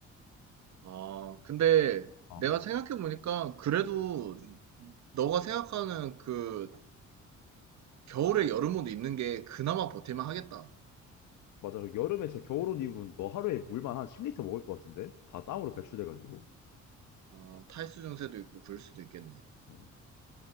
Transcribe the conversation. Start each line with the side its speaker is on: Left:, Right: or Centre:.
Right: 아 근데
Left: 어.
Right: 내가 생각해 보니까 그래도 너가 생각하는 그 겨울에 여름 옷 입는 게 그나마 버틸만 하겠다.
Left: 맞아. 그 여름에 진짜 겨울옷 입으면 너 하루에 물만 한 10리터 먹을 것 같은데? 다 땀으로 배출돼가지고.
Right: 어, 탈수 증세도 있고 그럴 수도 있겠네.
Left: 어.